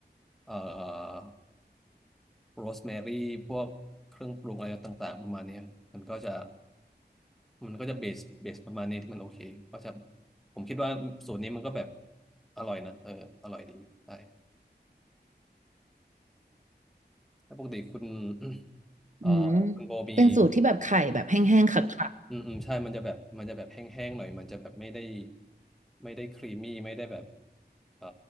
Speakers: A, in the centre; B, on the right.
A: เอ่อโรสแมรี่พวกเครื่องปรุงอะไรต่างๆประมาณเนี้ยครับมันก็จะ มันก็จะเบสเบสประมาณนี้ที่มันโอเคก็จะผมคิดว่าสูตรนี้มันก็แบบอร่อยนะเอออร่อยดีใช่แล้วปกติคุณ <clears throat> เอ่อคุณโบมี
B: อืมเป็นสูตรที่แบบไข่แบบแห้งๆขัด
A: อืมอืมใช่มันจะแบบมันจะแบบแห้งๆหน่อยมันจะแบบไม่ได้ไม่ได้ครีมมี่ไม่ได้แบบเอ่อ